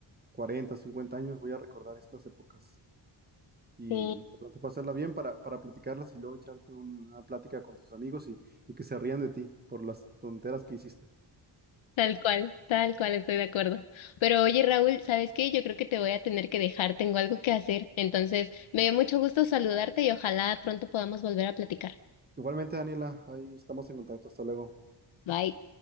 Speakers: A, on the right (about 20°); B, on the left (about 85°).
A: 40, 50 años, voy a recordar estas épocas. Y
B: Sí,
A: lo importante es pasarla bien para, para platicarlas y luego echarte una plática con tus amigos y, y que se rían de ti por las tonteras que hiciste.
B: tal cual, tal cual, estoy de acuerdo. Pero oye, Raúl, ¿sabes qué? Yo creo que te voy a tener que dejar, tengo algo que hacer. Entonces, me dio mucho gusto saludarte y ojalá pronto podamos volver a platicar.
A: Igualmente, Daniela, ahí estamos en contacto. Hasta luego.
B: Bye.